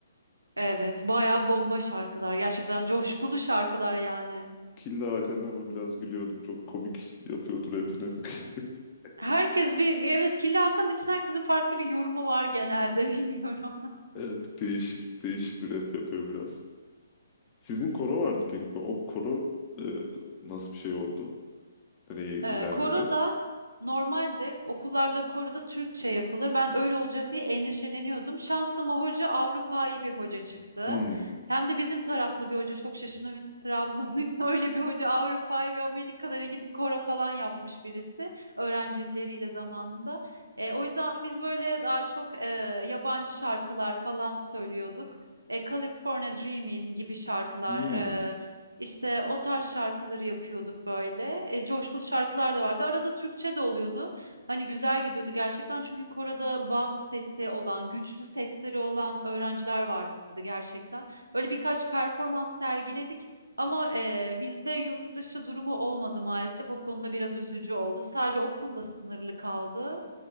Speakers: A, on the right; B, on the left.
A: Evet, bayağı bomba şarkılar. Gerçekten coşkulu şarkılar yani.
B: Killa Hakan'a ama biraz gülüyordum. Çok komik yapıyordu rapini. <laughs>
A: Herkes bir evet Killa Hakan için herkesin farklı bir yorumu var genelde <laughs> bilmiyorum.
B: Evet değişik değişik bir rap yapıyor biraz. Sizin koro vardı peki. O koro e, nasıl bir şey oldu? direği ilerledi.
A: Ee, koro da normalde okullarda koro da Türkçe yapılır. Ben öyle olacak diye endişeleniyordum. Şansıma hoca Avrupa'yı bir hoca çıktı.
B: Hmm,
A: Hem de bizim taraflı bir hoca çok şaşırdım. Biz Trabzonluyuz <laughs> öyle bir hoca Avrupa'yı ve Amerikalara gidip koro falan yapmış birisi öğrencileriyle zamanında. Ee, o yüzden biz böyle daha çok e, yabancı şarkılar falan söylüyorduk. E, California Dreamin gibi şarkılar,
B: hmm,
A: işte o tarz şarkıları yapıyorduk böyle. E, coşkulu şarkılar da vardı. Arada Türkçe de oluyordu. Hani güzel gidiyordu gerçekten. Çünkü koroda bas sesi olan, güçlü sesleri olan öğrenciler vardı gerçekten. Öyle birkaç performans sergiledik. Ama e, bizde yurt dışı durumu olmadı maalesef. O konuda biraz üzücü oldu. Sadece okulla sınırlı kaldı.